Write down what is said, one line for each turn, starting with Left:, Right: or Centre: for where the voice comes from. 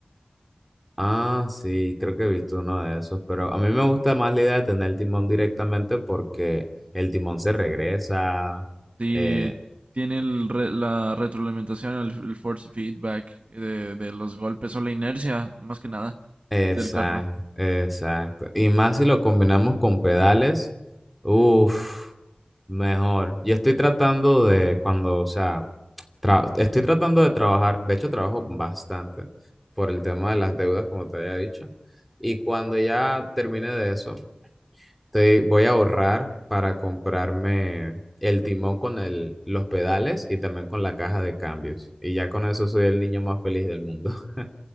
Centre: Ah, sí, creo que he visto uno de esos, pero a mí me gusta más la idea de tener el timón directamente porque el timón se regresa.
Right: Sí,
Centre: eh,
Right: tiene el re- la retroalimentación, el, el force feedback de, de los golpes o la inercia, más que nada,
Centre: exacto,
Right: del carro.
Centre: exacto. Y más si lo combinamos con pedales, uff, mejor. Yo estoy tratando de, cuando, o sea, tra- estoy tratando de trabajar, de hecho trabajo bastante por el tema de las deudas, como te había dicho. Y cuando ya termine de eso Estoy- voy a ahorrar para comprarme el timón con el- los pedales y también con la caja de cambios. Y ya con eso soy el niño más feliz del mundo. <laughs>